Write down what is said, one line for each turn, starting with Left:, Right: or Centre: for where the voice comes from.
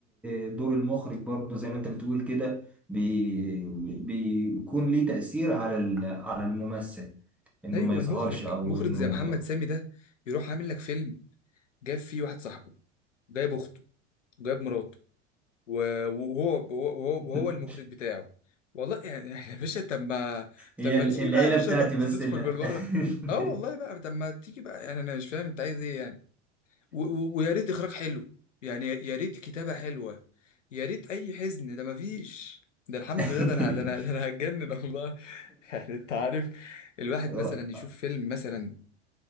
Centre: آه، دور المخرج برضه زي ما انت بتقول كده بي- بيكون ليه تاثير على ال- على الممثل انه
Left: ايوه
Centre: ما يظهرش
Left: المخرج
Centre: او
Left: مخرج
Centre: انه
Left: زي محمد سامي ده يروح عامل لك فيلم جاب فيه واحد صاحبه جايب اخته وجايب مراته و- وهو وهو,
Centre: <laughs>
Left: وهو المخرج بتاعه والله يعني <laughs> يعني يا باشا طب ما
Centre: هي
Left: طب ما
Centre: ال-
Left: تيجي
Centre: العيله
Left: بقى يا باشا
Centre: بتاعتي
Left: بقى تدخل
Centre: بس لا
Left: بالبره
Centre: <laughs> <laughs>
Left: اه
Centre: <laughs>
Left: والله بقى طب ما تيجي بقى يعني انا مش فاهم انت عايز ايه يعني و- و- ويا ريت اخراج حلو يعني يا يا ريت كتابة حلوة يا ريت اي حزن ده مفيش ده الحمد
Centre: <laughs>
Left: لله ده انا ده انا ده انا هتجنن والله <laughs> يعني انت عارف الواحد
Centre: <laughs>
Left: مثلا يشوف فيلم مثلا